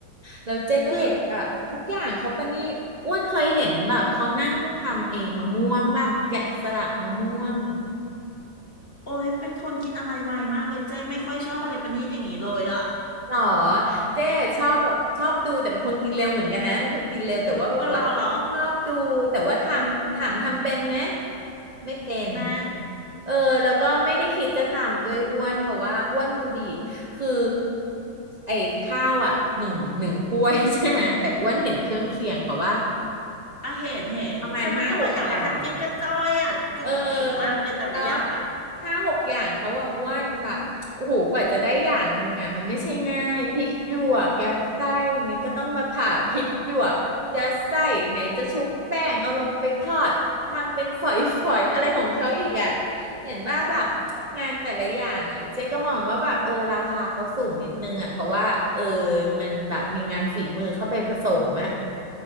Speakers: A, on the right (about 30°); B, on the left (about 30°).
A: แล้วเจ้ก็เห็นแบบทุกอย่างเขาประณีตอ้วนเคยเห็นแบบเขานั่งทำเองมะม่วงป่ะแกะสลักมะม่วง
B: คือโอ้ยเป็นคนกินอะไรไวมากเลยเจ้ไม่ค่อยชอบอะไรประณีตอย่างนี้เลยอะ
A: หรอเจ๊ชอบแบบชอบดูแต่เป็นคนกินเร็วเหมือนกันนะเป็นคนกินเร็วแต่ว่าแบบว่า
B: <laughs> เออเหรอเหรอ
A: ชอบดูแต่ว่าทำถามทำเป็นไหมไม่เป็น
B: ไม่
A: เออแล้วก็ไม่ได้คิดจะทำด้วยอ้วนเพราะว่าอ้วนดูดี
B: โอ้
A: คือไอ้ข้าวอ่ะหนึ่งหนึ่งถ้วย <laughs> ใช่ไหมแต่อ้วนเห็นเครื่องเคียงเขาว่า
B: อ่ะเห็นเห็นแต่มันก็มาอย่างละกระจิบกระจ้อยอ่ะจุ่มจิ๋มมากเลยแต่ละอย่างอ่ะ
A: ประมาณห้าหกอย่าง เออแล้วห้าหกอย่างเขาอะอ้วนแบบโอ้โหกว่าจะได้อย่างนึงอะมันไม่ใช่ง่ายพริกหยวกยัดไส้อย่างเงี้ยก็ต้องมาผ่าพริกหยวกยัดไส้ไหนจะชุบแป้งเอาลงไปทอดทำเป็นฝอยๆอะไรของเขาอีกอะเห็นว่าแบบงานแต่ละอย่างอะเจ๊ก็มองว่าแบบเออราคาเขาสูงนิดนึงอะเพราะว่าเออมันแบบมีงานฝีมือเข้าไปผสมอะ